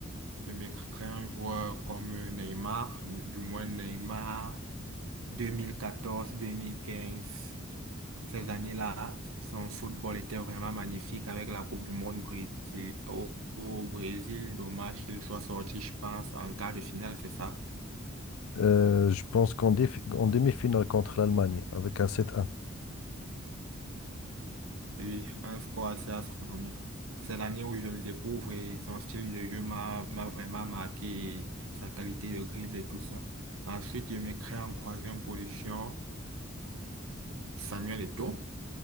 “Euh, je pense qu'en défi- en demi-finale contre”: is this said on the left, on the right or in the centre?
Left